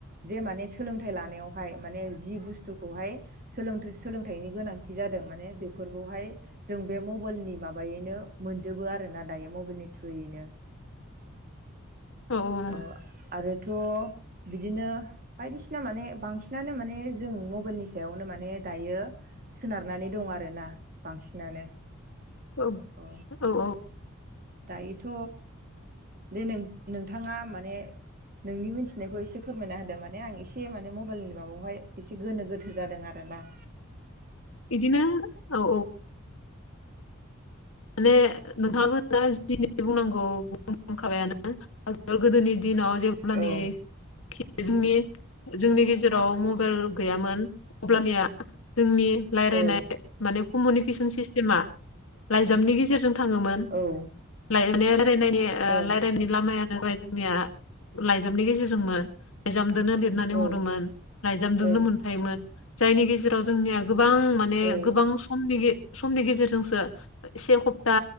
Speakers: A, on the right (about 40°); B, on the left (about 70°).
A: जे माने सोलोंथाइ लानायावहाय माने जि बुस्थुखौहाय। सोलोंथ सोलोंथाइनि गोनांथि जादों माने बेफोरखौहाय जों बे मबाइलनि माबायैनो मोनजोबो आरो ना दायो मबाइलनि थ्रुयैनो
B: औ नंगौ
A: ओ आरोथ' बिदिनो बायदिसिना माने बांसिनानो माने जों मबाइलनि सायावनो माने दायो। सोनारनानै दं आरो ना बांसिनानो
B: औ।
A: ओ
B: औ औ।
A: दायोथ' बेे जेरै नोंथाङा माने नोंनि मिथिनायखौ एसे फोरमायना होदों माने आं एसे माने मबाइलनि माबायावहाय एसे गोनो गोथो जादों आरो ना
B: बिदिनो औ। माने नोंथाङाबो दा दि बुंनांगौ बुंखाबायानो गोदोनि दिनाव जेब्लानो
A: औ
B: बे जोंनि जोंनि गेजेराव मबाइल गैयामोन अब्लानिया रायज्लायनाय
A: औ
B: माने कमिउनिकेसन सिस्टेमा लाइजामनि गेजेरजों थाङोमोन
A: औ ओं
B: लायजानि रायनायनि
A: औ
B: रायलायनो। लामायानोाबाय जोंनिया लाइजामनि गेजेरजोंमोन। लाइजामजोंनो लिरनानै
A: ओं
B: हरोमोन लाइजामजोंनो
A: ओं
B: मोनफायोमोन। जायनि गेजेराव जोंनिया गोबां माने
A: औ ओं
B: गोबां समनि समनि गेजेरजोंसो ओ से सप्ता